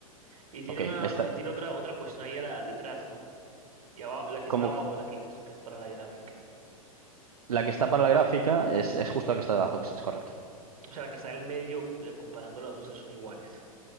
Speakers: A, on the right; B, on the right.
A: Y tiene
B: Ok,
A: una,
B: esta,
A: y tiene otra, otra cuestión ahí a la, detrás, ¿no? Y abajo, la que
B: como
A: está abajo, la que dices tú que es para la gráfica.
B: la que está para la gráfica es, es justo la que está debajo, es, es correcto.
A: O sea, la que está en el medio, eh, comparando las dos que son iguales.